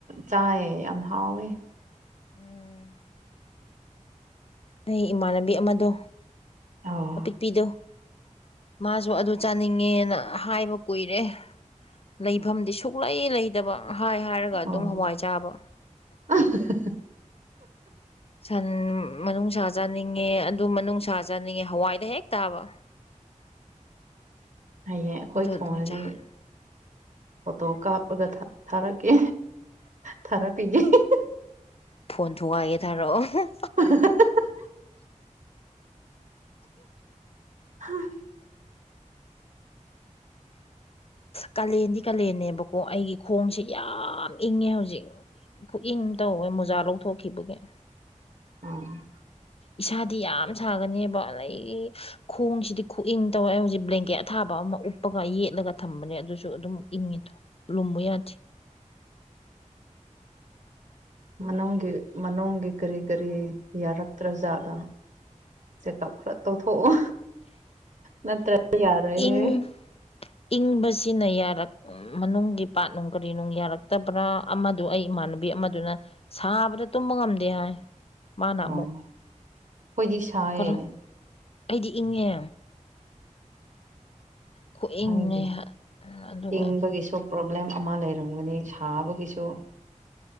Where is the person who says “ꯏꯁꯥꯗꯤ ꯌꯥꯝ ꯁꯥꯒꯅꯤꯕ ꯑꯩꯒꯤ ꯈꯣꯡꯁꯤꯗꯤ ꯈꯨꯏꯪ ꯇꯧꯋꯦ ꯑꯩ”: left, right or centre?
Left